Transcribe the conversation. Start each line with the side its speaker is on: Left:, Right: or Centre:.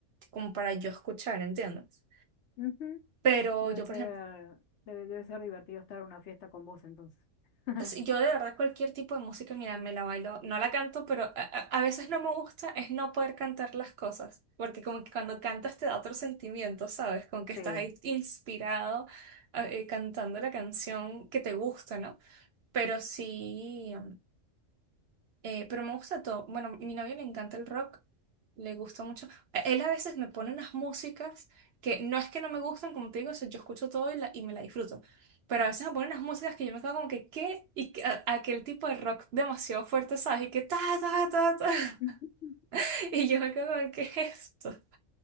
Right: como para yo escuchar, ¿entiendes?
Left: Ujú.
Right: Pero
Left: Debe
Right: yo,
Left: ser,
Right: por ejemplo,
Left: debe, debe ser divertido estar en una fiesta con vos entonces. <laughs>
Right: Sí, Yo de verdad cualquier tipo de música, mira, me la bailo, no la canto, pero a, a- a veces no me gusta es no poder cantar las cosas, porque como que cuando cantas te da otro sentimiento, ¿sabes? Como que estás
Left: Sí.
Right: ahí inspirado eh, cantando la canción que te gusta, ¿no? Pero sí. Eh, pero me gusta todo. Bueno, a mi novio le encanta el rock, le gusta mucho. Eh, Él a veces me pone unas músicas que no es que no me gustan, como te digo, o sea, yo escucho todo y, la- y me la disfruto. Pero a veces me pone unas músicas que yo me quedo como que, ¿qué? Y que- a- aquel tipo de rock demasiado fuerte, ¿sabes? Y que ta, ta, ta, ta.
Left: <laughs>
Right: <laughs> Y yo me quedo como, ¿qué es esto?